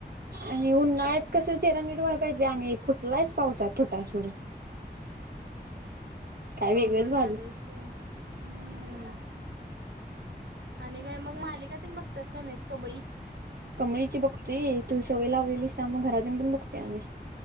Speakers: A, on the right (about 65°); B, on the right (about 85°).
A: आणि उन्हाळ्यात कसं चेहरा नीट व्हायला पाहिजे आणि फुटलायच पावसात फुटायचं सोडून. काय वेगळंच
B: अवघड
A: व्हालय
B: झालयचं तेच ना हम्म. आणि काय मग मालिका तेन बघतीयास काय नाहीस कमळी
A: कमळीची बघतोय तू सवय लावलेलीस त्यामुळं घरात येऊन पण बघतोय आम्ही